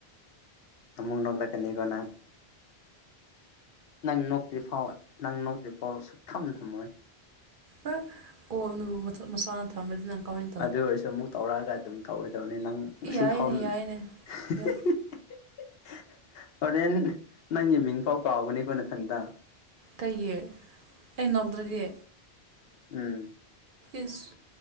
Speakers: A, on the left; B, on the right.
A: ꯑꯃꯨꯛ ꯅꯣꯛꯂꯛꯀꯅꯤꯀꯣ ꯅꯪ ꯅꯪ ꯅꯣꯛꯇ꯭ꯔꯤ ꯐꯥꯎ ꯅꯪ ꯅꯣꯛꯇ꯭ꯔꯤ ꯐꯥꯎ ꯁꯨꯛ ꯊꯝ ꯊꯝꯃꯣꯏ
B: ꯍ ꯀꯣꯜꯅꯕꯨ ꯃꯊꯛ ꯃꯁꯥꯟ ꯊꯝꯔꯗꯤ ꯅꯪ ꯀꯃꯥꯏ
A: ꯑꯗꯨ ꯑꯣꯏꯔꯁꯨ ꯑꯃꯨꯛ ꯇꯧꯔꯛꯑꯒ ꯑꯗꯨꯝ ꯇꯧꯔꯗꯕꯅꯤ ꯅꯪ
B: ꯌꯥꯏꯅꯦ
A: ꯁꯤ ꯐꯥꯎꯟ ꯍꯦ
B: ꯌꯥꯏꯅꯦ
A: ꯍꯦ
B: ꯌꯥꯏ
A: ꯍꯤ ꯍꯤ ꯍ ꯍ ꯍꯣꯔꯦꯟ ꯅꯪꯒꯤ ꯃꯤꯡꯐꯥꯎ ꯀꯥꯎꯒꯅꯤꯀꯣ ꯅꯊꯟꯇ
B: ꯀꯩꯒꯤ ꯑꯩ ꯅꯣꯛꯇ꯭ꯔꯗꯤ
A: ꯎꯝ
B: ꯏꯁ